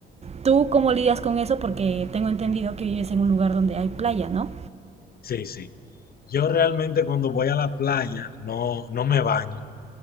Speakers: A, on the right (about 30°); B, on the left (about 50°).
A: ¿Tú cómo lidias con eso? Porque tengo entendido que vives en un lugar donde hay playa, ¿no?
B: Sí, sí. Yo realmente cuando voy a la playa no, no me baño.